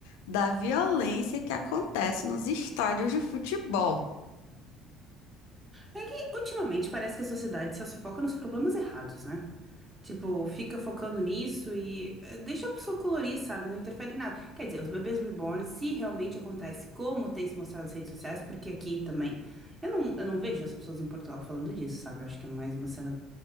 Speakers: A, on the left (about 80°); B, on the right (about 20°).
A: da violência que acontece nos estádios de futebol.
B: É que ultimamente parece que a sociedade só se foca nos problemas errados, né? Tipo, fica focando nisso e eh, deixa a pessoa colorir, sabe? Não interfere em nada. Quer dizer, os bebês reborn, se realmente acontece, como tem se mostrado nas redes sociais, porque aqui também. Eu não, eu não vejo as pessoas em Portugal falando disso, sabe? Eu acho que é mais uma cena.